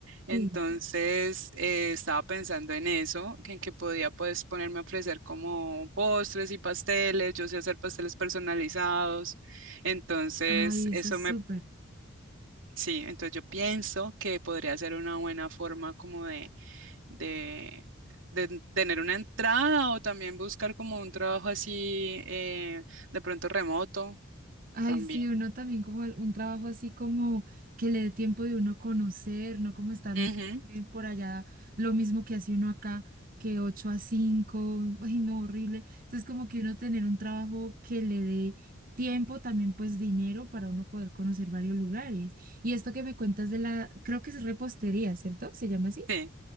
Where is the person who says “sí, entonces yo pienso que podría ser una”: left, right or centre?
Right